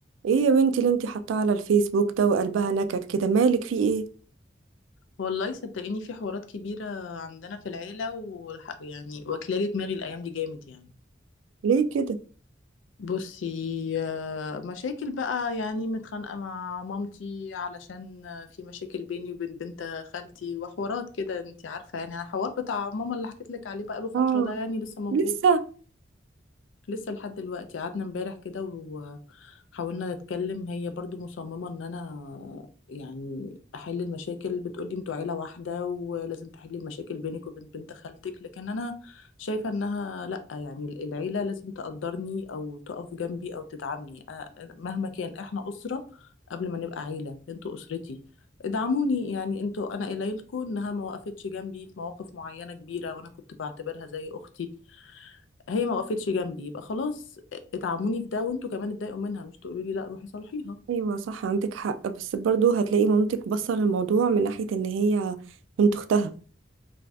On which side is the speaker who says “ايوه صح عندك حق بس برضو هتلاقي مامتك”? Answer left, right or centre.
Right